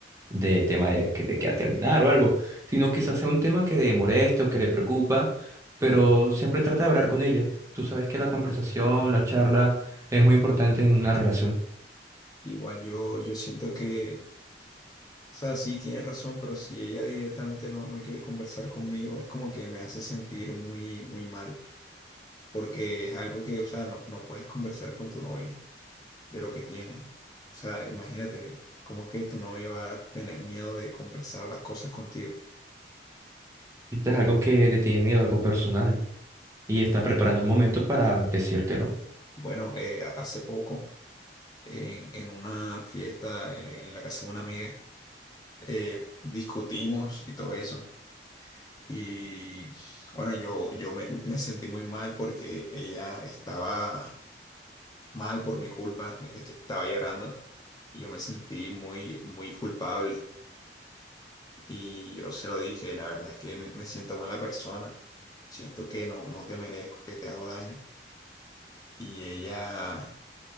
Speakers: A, on the right; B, on the left.
A: de tema de que te queda terminar o algo, sino quizás sea un tema que le moleste o que le preocupa, pero siempre trata de hablar con ella. Tú sabes que la conversación, la charla es muy importante en una relación.
B: igual yo, yo siento que, o sea, sí, tiene razón, pero si ella directamente no, no quiere conversar conmigo, es como que me hace sentir muy, muy mal, porque es algo que, o sea, no, no puedes conversar con tu novia de lo que tienen. O sea, imagínate, como que tu novia va a tener miedo de conversar las cosas contigo.
A: Esto es algo que le tiene miedo, algo personal. y está preparando el momento para decírtelo.
B: Bueno, eh, hace poco, en, en una fiesta en en la casa de una amiga, eh, discutimos y todo eso. Y bueno, yo, yo me, me sentí muy mal porque ella estaba mal por mi culpa, este, estaba llorando y yo me sentí muy, muy culpable. Y yo se lo dije, la verdad es que me, me siento mala persona, siento que no, no te merezco, que te hago daño. Y ella,